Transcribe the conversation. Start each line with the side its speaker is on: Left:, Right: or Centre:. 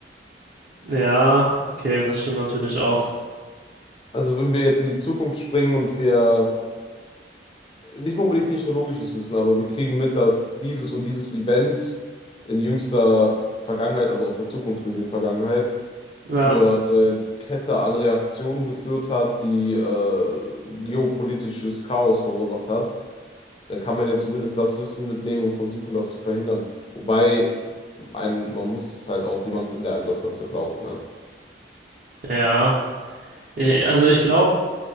Right: Ja, okay, das stimmt natürlich auch.
Left: Also wenn wir jetzt in die Zukunft springen und wir nicht mal unbedingt technologisches Wissen, aber wir kriegen mit, dass dieses und dieses Event in jüngster Vergangenheit, also aus der Zukunft gesehen Vergangenheit,
Right: Ja.
Left: für eine Kette an Reaktionen geführt hat, die äh, geopolitisches Chaos verursacht hat, dann kann man ja zumindest das Wissen mitnehmen und versuchen, das zu verhindern. Wobei ein, man muss halt auch jemand finden, der einem das Ganze glaubt, ne?
Right: Ja, Äh, also ich glaube,